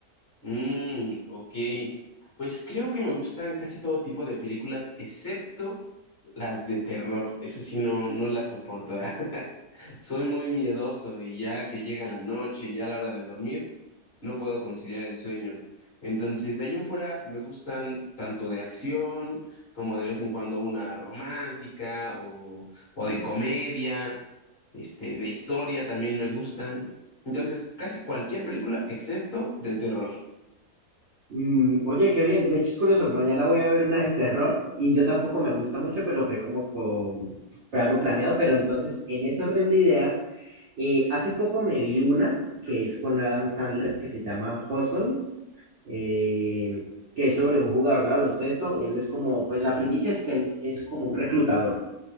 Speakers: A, on the left; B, on the right.
A: Mmm, ok. Pues creo que me gustan casi todo tipo de películas, excepto las de terror. Esas sí no, no las soporto. <laughs> Soy muy miedoso y ya que llega la noche, ya a la hora de dormir. no puedo conciliar el sueño. Entonces, de ahí en fuera me gustan tanto de acción como de vez en cuando una romántica o, o de comedia, este, de historia también me gustan. Entonces, casi cualquier película excepto de terror.
B: Mm, oye, qué bien. De hecho, es curioso. Mañana voy a ver una de terror y yo tampoco me gusta mucho, pero fue como con... fue algo planeado. Pero entonces, en ese orden de ideas, eh, hace poco me vi una que es con Adam Sandler que se llama Hustle, eh, que es sobre un jugador de baloncesto. Él es como, pues la primicia es que él es como un reclutador.